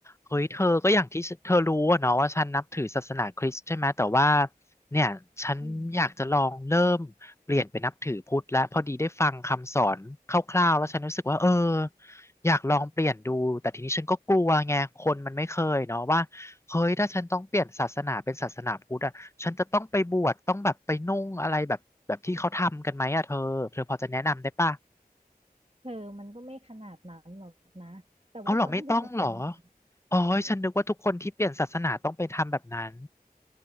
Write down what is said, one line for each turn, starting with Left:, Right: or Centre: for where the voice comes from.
Left: เฮ้ยเธอก็อย่างที่เธอรู้อะเนาะว่าฉันนับถือศาสนาคริสต์ใช่ไหมแต่ว่าเนี่ยฉันอยากจะลองเริ่มเปลี่ยนไปนับถือพุทธและพอดีได้ฟังคำสอนคร่าวๆแล้วฉันรู้สึกว่าเออ
Right: อืม
Left: อยากลองเปลี่ยนดูแต่ทีนี้ฉันก็กลัวไงคนมันไม่เคยเนาะว่าเฮ้ยถ้าฉันต้องเปลี่ยนศาสนาเป็นศาสนาพุทธอะฉันจะต้องไปบวชต้องแบบไปนุ่งอะไรแบบแบบที่เขาทำกันไหมอะเธอเธอพอจะแนะนำได้ป่ะ
Right: เธอมันก็ไม่ขนาดนั้นหรอกนะแต่ว่าตอนที่เธอไปฟังมา
Left: เอาเหรอไม่ต้องเหรออ๋อฉันนึกว่าทุกคนที่เปลี่ยนศาสนาต้องไปทำแบบนั้น